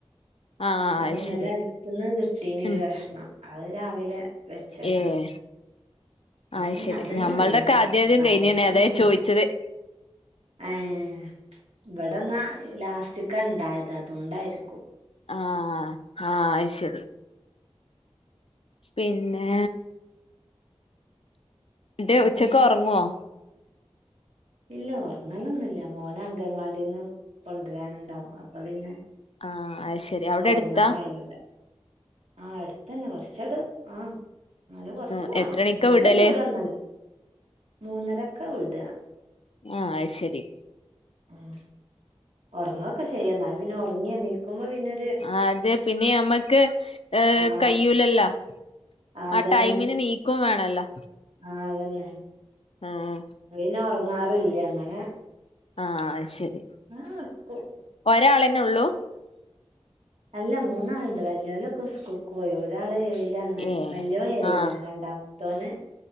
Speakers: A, on the left (about 70°); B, on the right (about 90°).
A: ആഹ്
B: അത് ഇന്നലെ
A: ശരി
B: അടുത്തന്ന് കിട്ടീന
A: ഉം
B: ഒരു കഷണം അത് രാവിലെ വെച്ചതാ
A: ഏഹ്
B: അപ്പൊ
A: അത്
B: പിന്നെ
A: ശരി
B: അതന്നെ
A: ഞമ്മൾതൊക്കെ
B: ഉള്ളഅയിം
A: ആദ്യാദ്യം
B: അപ്പൊ കാര്യമായിട്ട
A: കഴിഞ്ഞാണ് അതാ
B: ഒന്നും ഇണ്ടാക്ക
A: ചോയിച്ചത്
B: ഏഹ് ഇവിടെന്നാ ലാസ്റ്റിക്ക ഉണ്ടായത് അതുണ്ടായിരിക്കും
A: ആഹ് ആഹ് അയ്ശരി പിന്നെ ന്നിട്ട്ഉച്ചക്ക്
B: പിന്നെന്താ
A: ഉറങ്ങുവോ?
B: ഇല്ല ഉറങ്ങലൊന്നുല്ല മോന അംഗൽവാടിന്ന് കൊണ്ടുവരാനുണ്ടാവും അപ്പൊ പിന്നെ
A: ആഹ് അയ്ശരി അവിടെ
B: ഉറങ്ങാൻ
A: എടുത്താ?
B: കഴിയൂല ആഹ് എടുത്തന്നെ കുറച്ചട് ആഹ് എന്നാലും കൊറച്ച്
A: ഉം
B: പോണം
A: എത്ര മണിക്കാ
B: വല്യ
A: വിടല്
B: ദൂരം ഒന്നല്ല മൂന്നരൊക്കെ വിടു
A: ആഹ് അയ്ശരി
B: ഉം ഉറങ്ങൊക്കെ ചെയ്യാം എന്നാല പിന്നെ ഉറങ്ങി എണീക്കുമ്പോ പിന്നെ
A: ആഹ് അതെ പിന്നെ നമ്മക്ക് ഏഹ്
B: ആഹ്
A: കയ്യൂലല്ലോ?
B: അതന്നെ
A: ആഹ് ടൈമിന് നീക്കും വേണല്ലോ
B: ആഹ് അതന്നെ
A: ആഹ്
B: അതിഇന്നെ ഉറങ്ങാറില്ല ങ്ങനെ
A: ആഹ് ശരി
B: ആഹ് ക്കും
A: ഒരാളന്നെള്ളൂ
B: അല്ല മൂന്നാളുണ്ട് വ്യല്യോലൊക്കെ സ്കൂൾക്ക് പോയി ഒരാള് ലാണ്
A: ഏഹ്
B: വല്യോൻ ഏഴിലാ
A: ആഹ്
B: രണ്ടാമത്തോന്